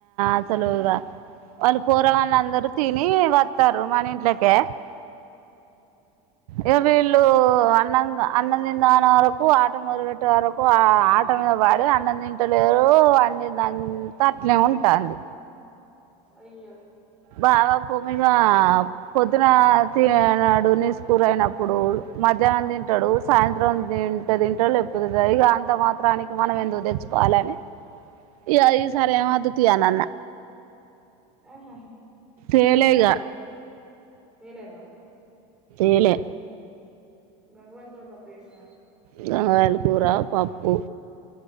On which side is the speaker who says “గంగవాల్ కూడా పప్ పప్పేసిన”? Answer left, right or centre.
Centre